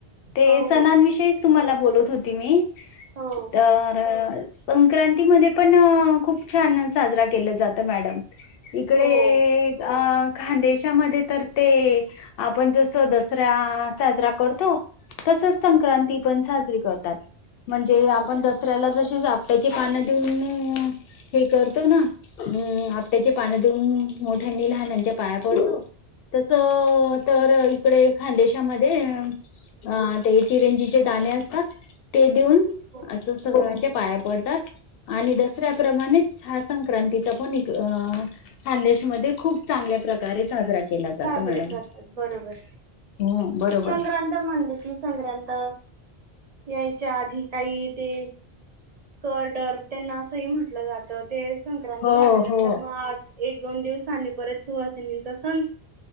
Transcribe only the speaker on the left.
ते
सणा
विषयी तुम्हाला बोलत होती मी
तर संक्रांती मध्ये पण खूप छान साजरा केलं जात मॅडम. इकडे
अ खानदेशामध्ये तर ते आपण जस दसरा साजरा करतो तसच संक्रांती पण साजरी करतात म्हणजे
आपण दसऱ्याला जशी आपट्या पान देऊन हे करतो ना अ आपट्याचे पान देऊन मो नी लहानंच्या पाया पडतो तस तर इकडे खानदेशामध्ये अ ते चिरंजीचे दाणे असतात ते देऊन
असं सगळ्यांचे पाया पडतात आणि दसऱ्या प्रमाणेच हा संक्रांतीचा पण खानदेशमधे खूप चांगल्या प्रकारे साजरा
मॅडम.
हम्म बरोबर.
हो
हो